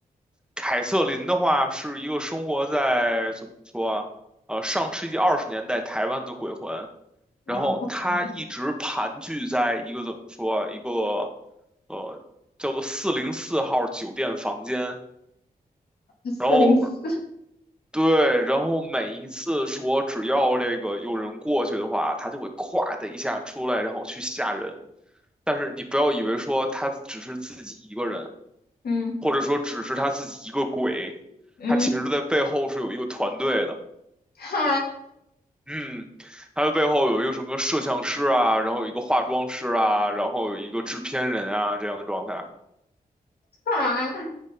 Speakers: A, in the centre; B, on the left.
A: 凯瑟琳的话是一个生活在怎么说啊？呃，上世纪二十年代台湾的鬼魂，然后她一直盘踞在一个怎么说啊一个
B: 然后呢？
A: 呃叫做四零四号酒店房间，
B: 四零四，
A: 然后。对，然后每一次说只要这个有人过去的话，他就会咵的一下出来，然后去吓人。但是你不要以为说他只是自己一个人，
B: 嗯
A: 或者说只是他自己一个鬼，
B: 嗯，
A: 他其实在背后是有一个团队的。
B: 好
A: 嗯，他的背后有一个什么摄像师啊，然后有一个化妆师啊，然后有一个制片人啊这样的状态。
B: 好，